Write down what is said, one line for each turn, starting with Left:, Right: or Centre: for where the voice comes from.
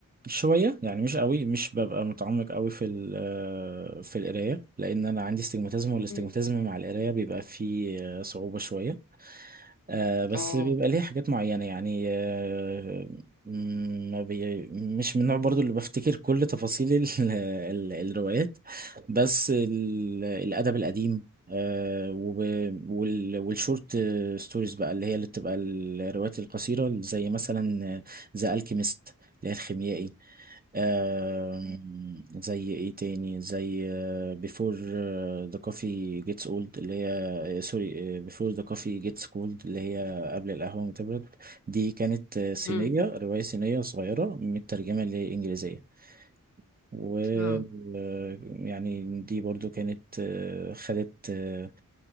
Right: شوية يعني مش قوي مش ببقى متعمق قوي في ال- آه، في القراية لان انا عندي استجماتيزم والاستجماتيزم
Left: امم
Right: مع القراية بيبقى فيه آه، صعوبة شوية آه بس
Left: اه
Right: بيبقى ليه حاجات معينة يعني آه م- ما بي مش من النوع برضو اللي بفتكر كل تفاصيل ال <laughs> ال الروايات بس ال الأدب القديم آه وب- وال والشورت ستوريز بقى اللي هي اللي بتبقى الروايات القصيرة زي مثلا ذا الكيميست اللي هي الخيميائي آه زي ايه تاني زي بيفور ذا كوفي جيتس اولد اللي هي سوري بيفور ذا كوفي جيتس كولد اللي هي قبل القهوة ما تبرد دي كانت آه، صينية
Left: امم
Right: رواية صينية صغيرة مترجمة لإنجليزية و
Left: اه
Right: آه، يعني دي برضو كانت آه، خدت آه،